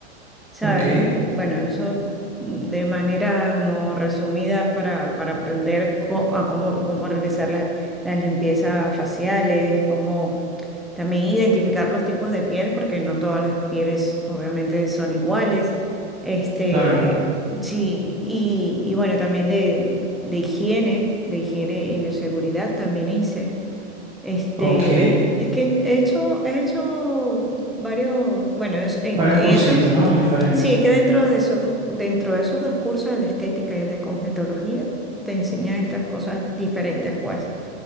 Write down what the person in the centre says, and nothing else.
¿sabes?
Porque, bueno, eso de manera como resumidas para, para aprender co- a cómo, cómo realizar la- las limpiezas faciales, cómo también identificar los tipos de piel, porque no todas las pieles obviamente son iguales. Este,
sí, y, y bueno, también de, de higiene, de higiene y bioseguridad también hice. Este,
es que he hecho, he hecho varios, bueno, es- en,
en
eso,
sí, es que dentro de esos dos, dentro de esos dos cursos, el de estética y el de cosmetología, te enseñan estas cosas diferentes, pues.